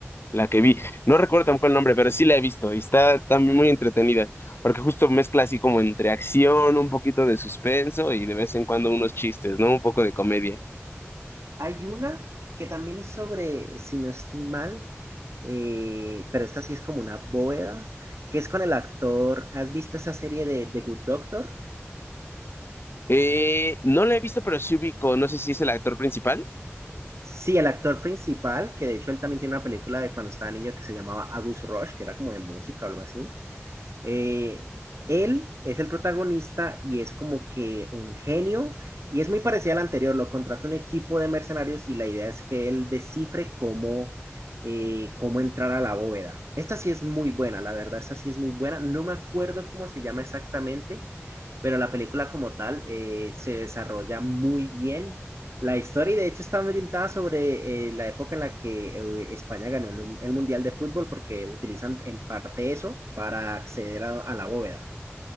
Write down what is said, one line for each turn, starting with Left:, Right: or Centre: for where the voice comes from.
Left: la que vi. No recuerdo tampoco el nombre, pero sí la he visto y está también muy entretenida, porque justo mezcla así como entre acción, un poquito de suspenso y de vez en cuando unos chistes, ¿no? Un poco de comedia.
Right: Hay una que también es sobre, si no estoy mal, eh, pero esta sí es como una bóveda, que es con el actor, ¿has visto esa serie de The Good Doctor?
Left: Eh, no la he visto, pero sí ubico, no sé si es el actor principal.
Right: Sí, el actor principal, que de hecho él también tiene una película de cuando estaba niño que se llamaba Agus Rosh, que era como de música o algo así. Eh, él es el protagonista y es como que un genio y es muy parecido al anterior. Lo contrata un equipo de mercenarios y la idea es que él descifre cómo, eh, cómo entrar a la bóveda. Esta sí es muy buena, la verdad, esta sí es muy buena. No me acuerdo cómo se llama exactamente, pero la película como tal eh, se desarrolla muy bien. La historia, y de hecho, está orientada sobre eh, la época en la que eh, España ganó el, el, Mundial de Fútbol, porque utilizan en parte eso para acceder a, a la bóveda.